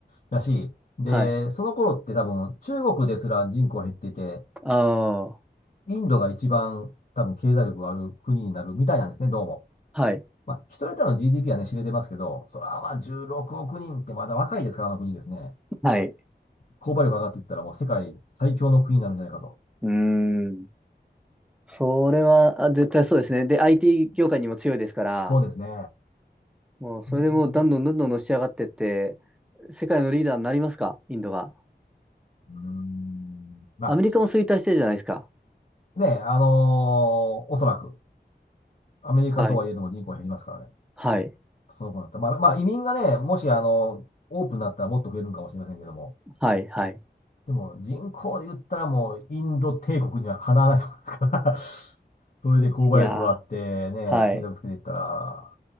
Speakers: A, on the left; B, in the centre.
A: だし、で、
B: はい。
A: その頃って多分中国ですら人口減ってて、
B: ああ、
A: インドが一番多分経済力がある国になるみたいなんですね、どうも。
B: はい、
A: まあ、一人当たりの GDP はね、知れてますけど、それはまあ16億人ってまだ若いですから、あの国ですね。
B: はい。
A: 購買力上がっていったらもう世界最強の国になるんじゃないかと。
B: うーん。それは、あ、絶対そうですね。で、IT 業界にも強いですから、
A: そうですね。
B: もう、それでもう、
A: う
B: どんどんどんどんのし上がってって、世界のリーダーになりますかインドが。
A: ん、うんま
B: アメリカも衰退してるじゃないですか。
A: あね、あのーおそらくアメリカとはいえども人口減りますからね。
B: はい、はい、
A: その子だった。まあ、まあ、移民がね、もしあの、オープンだったらもっと増えるんかもしれませんけども。
B: はい、はい。
A: でも、人口で言ったらもう、インド帝国にはかなわないと思いますから <laughs> それで購買力があってね、
B: いやー。はい。
A: 経済をつけていったら、